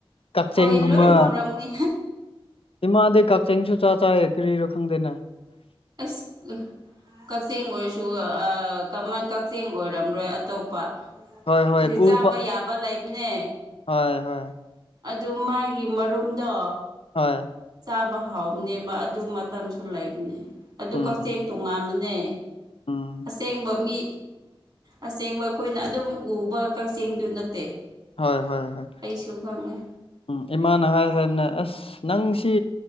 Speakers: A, on the left; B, on the right.
A: ꯀꯛꯆꯦꯡꯒꯨꯝꯕ
B: ꯍꯣꯏ ꯂꯣꯏ ꯐꯥꯎꯔꯝꯅꯤ
A: ꯏꯃꯥꯗꯤ ꯀꯛꯆꯦꯡꯁꯨ ꯆꯥ ꯆꯥꯥꯢꯌꯦ ꯀꯔꯤꯔ ꯈꯪꯗꯦꯅꯦ
B: ꯑꯁ ꯀꯛꯆꯤꯡ ꯑꯣꯏꯔꯁꯨ ꯀꯃꯟ ꯀꯛꯆꯤꯡ ꯑꯣꯏꯔꯝꯔꯣꯏ ꯑꯇꯣꯞꯄ
A: ꯍꯣꯏ ꯍꯣꯏ
B: ꯑꯦ ꯆꯥꯕ
A: ꯎꯕ
B: ꯌꯥꯕ ꯂꯩꯕꯅꯦ
A: ꯍꯣꯏ ꯍꯣꯏ
B: ꯑꯗꯨ ꯃꯥꯒꯤ ꯃꯔꯨꯝꯗꯣ
A: ꯍꯣꯏ
B: ꯆꯥꯕ ꯍꯥꯎꯕꯅꯦꯕ ꯑꯗꯨ ꯃꯇꯝꯁꯨ ꯂꯩꯕꯅꯦ ꯑꯗꯨ
A: ꯎꯝ
B: ꯀꯛꯆꯦꯡ ꯇꯣꯉꯥꯟꯕꯅꯦ
A: ꯎꯝ
B: ꯑꯁꯦꯡꯕ ꯃꯤ ꯑꯁꯦꯡꯕ ꯑꯩꯈꯣꯏꯅ ꯑꯗꯨꯝ ꯎꯕ ꯀꯛꯆꯦꯡꯗꯨ ꯅꯠꯇꯦ
A: ꯍꯣꯏ ꯍꯣꯏ ꯍꯣꯏ
B: ꯑꯩꯁꯨ ꯈꯪꯉꯦ
A: ꯎꯝ ꯏꯃꯥꯅ ꯍꯥꯏ ꯍꯥꯏꯔꯅ ꯑꯁ ꯅꯪꯁꯤ